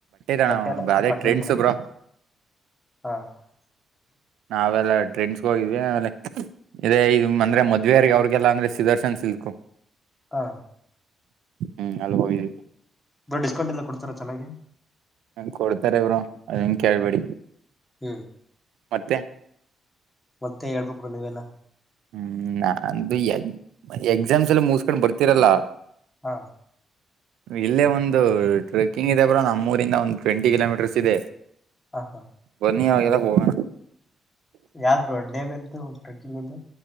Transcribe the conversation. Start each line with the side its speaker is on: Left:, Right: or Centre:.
Right: ತಣ
Left: ಬಟ್ಟೆ ಎಲ್ಲ
Right: ಅದೇ
Left: ಪರ್ಚೇಸ್
Right: ಟ್ರೆಂಡ್ಸ್
Left: ಮಾಡಕೆ
Right: ಬ್ರೋ
Left: ಹಾ <inaudible>
Right: ನಾವೆಲ್ಲ ಡ್ರಿಂಕ್ಸ್ ಹೋಗಿದೆ ಆಮೇಲೆ ಏಯ್ ಇದು ಅಂದ್ರೆ ಮದ್ವೆಯರಿಗೆ ಅವ್ರಿಗೆಲ್ಲ ಅಂದ್ರೆ ಸುದರ್ಶನ್ ಸಿಲ್ಕು
Left: ಹಾ
Right: ಹ್ಮ್ ಅಲ್ ಹೋಗಿ
Left: ಬ್ರೋ ಡಿಸ್ಕೌಂಟ್ ಎಲ್ಲ ಕೊಡ್ತಾರ ಚನ್ನಾಗಿ
Right: ಹ ಕೊಡ್ತಾರೆ ಬ್ರೋ ಅದನ್ ಕೇಳ್ಬೇಡಿ
Left: ಹ್ಮ್
Right: ಮತ್ತೆ
Left: ಮತ್ತೆ ಹೇಳ್ಬೇಕು ಬ್ರೋ ನೀವೆಲ್ಲ
Right: ಹ್ಮ್ ಅಂದು ಎಕ್ಸಾಮ್ಸ್ ಎಲ್ಲ ಮುಸ್ಕೊಂಡ್ ಬರ್ತಿರಲ್ಲಾ
Left: ಹಾಂ
Right: ಇಲ್ಲೇ ಒಂದು ಟ್ರೆಕ್ಕಿಂಗ್ ಇದೆ ಬ್ರೋ ನಮ್ಮೂರಿಂದ ಒಂದು ಟ್ವೆಂಟಿ ಕಿಲೋಮೀಟರ್ಸ್ ಇದೆ
Left: ಹಾ ಹಾ
Right: ಬನ್ನಿ ಅವೆಲ್ಲ ಹೋಗಣ
Left: ಯಾವ್ದ ಬರು ಅಡ್ಡೇ ಬಂತ ಟ್ರೆಕ್ಕಿಂಗ್